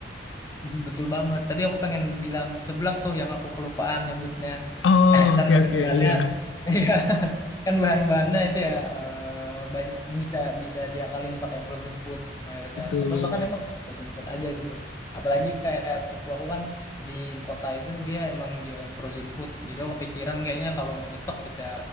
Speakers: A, on the left (about 20°); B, on the left (about 85°).
A: Mm, Betul banget. Tadi aku pengen bilang seblak tuh yang aku kelupaan nyebutnya.
B: Oh,
A: <laughs> Kan
B: oke
A: bahan-bahannya
B: oke. Iya,
A: <laughs> kan bahan-bahannya itu ya eh, banyak bisa bisa diakalin pakai frozen food mayoritas
B: betul
A: atau
B: banget.
A: bahkan emang frozen food aja gitu apalagi kayak sepupu aku kan di kota itu dia emang jualan frozen food jadi aku kepikiran kayaknya kalau mau nyetok bisa